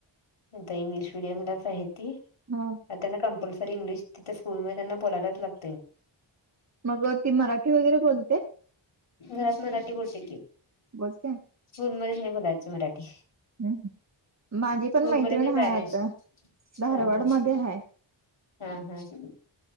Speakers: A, on the left (about 80°); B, on the right (about 35°).
A: आता इंग्लिश मिडियमलाच आहे ती.
B: हं.
A: आता त्यांना कंपल्सरी इंग्लिश तिथं स्कूलमध्ये त्यांना बोलायलाच लाग
B: मग ती मराठी वगैरे बोलते?
A: घरात मराठी बोलते की.
B: बस काय.
A: स्कुल मध्ये नाही बोलायचं मराठी.
B: हम्म हम्म माझी
A: स्कुल
B: पण मैत्रिण
A: मधे ते पेरेंट्स
B: हाय आता धारवाड
A: हम्म हम्म
B: मध्ये हाय.
A: हम्म हम्म.